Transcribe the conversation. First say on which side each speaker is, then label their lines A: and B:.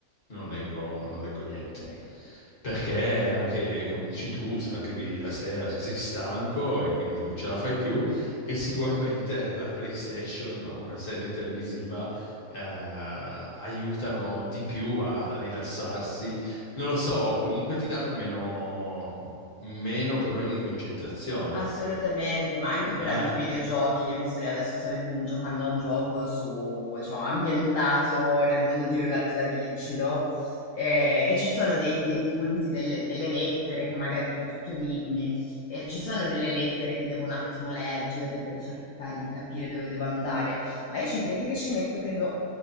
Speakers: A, on the left; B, on the left.
A: non leggo, non leggo niente.
B: nien
A: Perché anche, eh, come dici tu, se arrivi la sera che sei stanco e quindi non ce la fai più e sicuramente <laughs> la PlayStation o una serie televisiva eh, aiutano di più a rilassarsi. Non lo so, comunque ti danno meno, meno problemi di concentrazione.
B: Assolutamente, ma anche durante
A: Eh,
B: i videogiochi, io mi sto adesso sto le- mhmm, giocando a un gioco su, diciamo, ambientato nel mondo di Leonardo da Vinci, no? E, e ci sono dei, dei punti, delle, delle lettere che magari, perché è tutto enigmi, e ci sono delle lettere che devo un attimo leggere per cercare di capire dove devo andare, ma io ci credi che ci metto, credo,